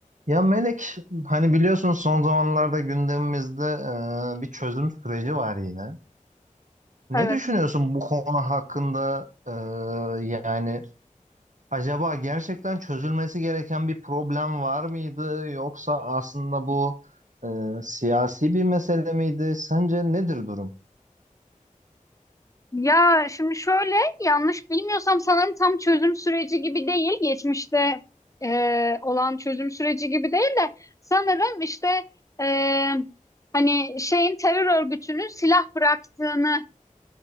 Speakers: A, on the right (about 65°); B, on the left (about 25°).
A: Ya Melek, hani biliyorsun son zamanlarda gündemimizde e, bir çözüm süreci var yine. Ne
B: Evet.
A: düşünüyorsun bu konu hakkında? E, yani acaba gerçekten çözülmesi gereken bir problem var mıydı? Yoksa aslında bu e, siyasi bir mesele miydi? Sence nedir durum?
B: Ya şimdi şöyle yanlış bilmiyorsam sanırım tam çözüm süreci gibi değil. Geçmişte e, olan çözüm süreci gibi değil de sanırım işte e, hani şeyin terör örgütünün silah bıraktığını